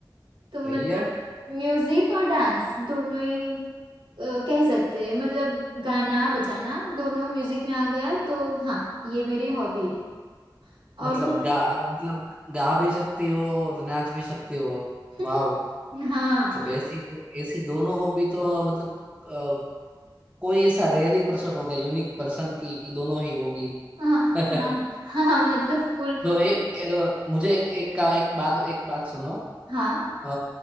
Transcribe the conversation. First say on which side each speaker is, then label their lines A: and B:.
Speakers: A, on the right; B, on the right.
A: तो
B: सही
A: मतलब
B: है
A: म्यूजिक और डांस दोनों ही अ, कह सकते हैं मतलब गाना बजाना दोनों म्यूजिक में आ गया तो हाँ ये मेरी हॉबी है और
B: मतलब
A: कुछ
B: गा मतलब गा भी सकती हो और नाच भी सकती हो
A: <laughs>
B: वाह मतलब
A: हाँ
B: ऐसी ऐसी दोनों हॉबी तो मतलब अ, कोई ऐसा रेयर ही पर्सन होगा यूनिक पर्सन की दोनों ही होगी
A: हाँ
B: <laughs> तो
A: हाँ हाँ हाँ, मतलब फुल
B: एक अ, मुझे एक एक का एक बार एक बात सुनो
A: हाँ
B: अ,